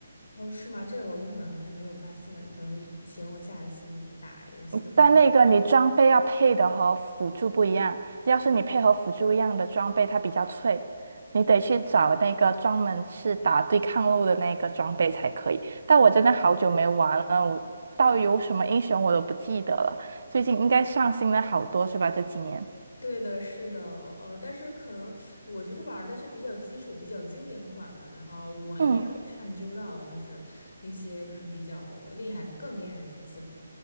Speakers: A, on the left; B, on the right.
A: 哦，是吗？这个我可能还没有发现，可能行，我下一次打游戏的话我试试。
B: 但那个你装备要配的和辅助不一样，要是你配合辅助一样的装备，它比较脆，你得去找那个专门是打对抗路的那个装备才可以。
A: 嗯。
B: 但我真的好久没玩了，我到底有什么英雄我都不记得了。最近应该上新了好多是吧？这几年。
A: 对的，是的，呃，但是可能我就是玩儿的是比较基础、比较经典款的，然后我还没有探究到就是那些就是比较厉害的、
B: 嗯
A: 更厉害的角色。